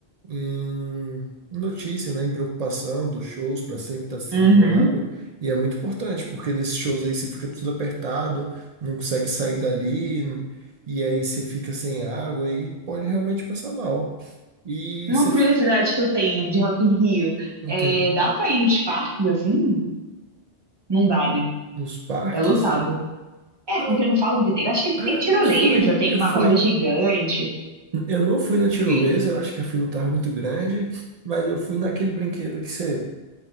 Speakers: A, on the right (about 60°); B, on the right (about 25°).
A: em notícia, né, em preocupação dos shows para sempre estar distribuindo
B: Uhum.
A: água. E é muito importante, porque nesses shows aí você fica tudo apertado, não consegue sair dali, e aí você fica sem água e pode realmente passar mal. E
B: Uma
A: você.
B: curiosidade
A: f-
B: que eu tenho de Rock in Rio
A: O
B: é,
A: quê?
B: dá pra ir nos parques assim? Não dá, né?
A: Nos parques?
B: É lotado. É,
A: Não.
B: porque não falam que tem. Acho que
A: Ah,
B: tem tirolesa,
A: eu fui,
B: tem
A: eu
B: uma
A: fui.
B: roda gigante.
A: Eu não fui na tirolesa,
B: e
A: eu acho que a fila tava muito grande, mas eu fui naquele brinquedo que você